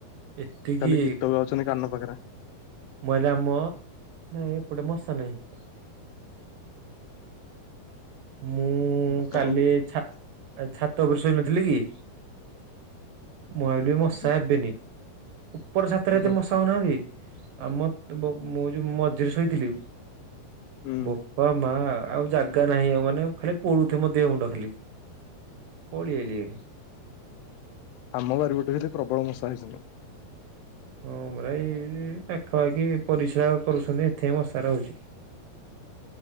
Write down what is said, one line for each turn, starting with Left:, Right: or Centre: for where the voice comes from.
Right: ଏତିକି
Left: ଖାଲି ଗୀତ ଗାଉଛନ୍ତି କାନ ପାଖରେ।
Right: ମହିଲ ଆମ ନାଇଁ ଏପଟେ ମଶା ନହିଁ। ମୁଁ
Left: ହଁ
Right: କାଲି ଛାତ ଉପରେ ଶୋଇନଥିଲି କି? ମୁଁ ଭାବିଲି ମସା
Left: ହୁଁ।
Right: ହେବେନି। ଉପର ଛାତରେ
Left: ହଁ
Right: ଏତେ ମଶାହଉନାହାନ୍ତି ଆଉ ମ ବ ମୁଁ ମୁଁ ମଝିରେ ଶୋଇଥିଲି
Left: ହୁଁ
Right: ବୋପା ମା ଆଉ ଜାଗା ନାହିଁ ଆଉ ମାନେ ଖାଲି ପୋଡୁଥିବ ମୋ ଦେହ ମୁଣ୍ଡ ଖାଲି ପଳେଇ ଆଲି ବେଲି।
Left: ଆମ ବାରିପଟେ ବିରେ ପ୍ରବଳ ମଶା ହେଇଛନ୍ତି।
Right: ହଁପରା ଏଇ ପାଖପାଖି ପରିସ୍ରା କରୁଛନ୍ତି ଏଥିପାଇଁ ମଶା ରହୁଛି।